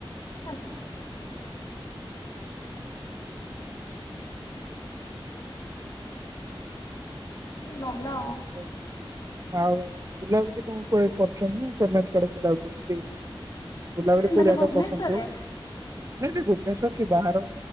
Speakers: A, on the left; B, on the right.
A: ଆଚ୍ଛା। <inaudible> ଭଲ।
B: ହଁ। ଆଉ ବୁଲାବୁଲି କଣ କୁଆଡ଼େ କରିଚନ୍ତିନା କରିନାହାନ୍ତି କୁଆଡ଼େ ବୁଲାବୁଲି ଏମତି? ବୁଲାବୁଲି କୋଉ
A: ମାନେ
B: ଜାଗା
A: ଭୁବନେଶ୍ୱରରେ
B: ପସନ୍ଦ ସବୁ? ମେବି ଭୁବନେଶ୍ଵର କି ବାହାର